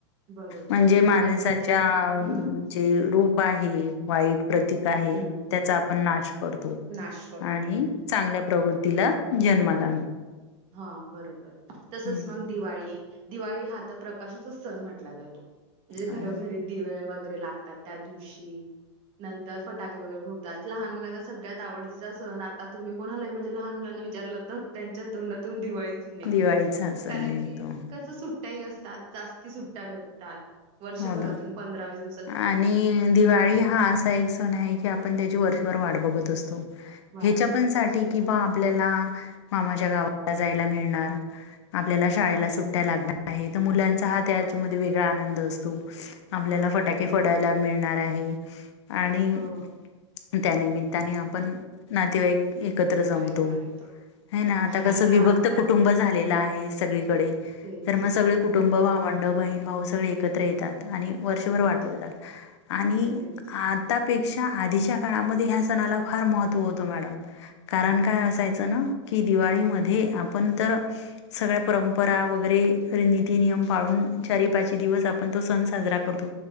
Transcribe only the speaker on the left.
म्हणजे माणसाच्या
जे रूप आहे, वाईट प्रतीक आहे.
त्याचा आपण नाश करतो
आणि चा चांगल्या प्रवृत्तीला जन्मला आणतो.
हम्म
हो
दिवाळीचा सण
निघतो
हो ना.
आणि दिवाळी हा असा एक सण आहे, की, आपण त्याची वर्षभर वाट बघत असतो.
ह्याच्या पण
साठी
कि, बा आपल्याला मामाच्या गावाला जायला मिळणार. आपल्याला
शाळेला सुट्ट्या लागणार आहे, तर मुलांचा हा त्याच्या म वेगळा आनंद असतो. आपल्याला
फटाके फोडायला मिळणार आहे आणि.
त्या निमित्ताने आपण नातेवाईक एकत्र जमतो.
है
ना आता कसं
विभक्त
कुटुंब
झालेलं आहे, सगळीकडे
तर मग सगळे कुटुंब
भावंड. ंड बहीण भाऊ सगळे एकत्र येतात, आणि वर्षभर
वाट बघतात आणि
आता. पेक्षा आधीच्या काळामध्ये ह्या सणाला फार महत्व होतं, मॅडम
कारण काय
असायचं ना. की दिवाळीमध्ये आपण तर सगळ्या परंपरा वगैरे नीती नियम पाळून. चारी पाची दिवस आप आपण तो सण साजरा करतो